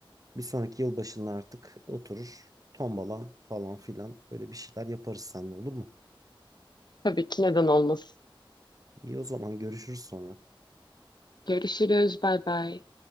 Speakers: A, on the right (about 40°); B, on the left (about 55°).
A: Bir sonraki yılbaşında artık oturur, tombala falan filan böyle bir şeyler yaparız seninle olur mu?
B: Tabii ki neden olmasın.
A: İyi o zaman görüşürüz sonra.
B: Görüşürüz. Bay bay.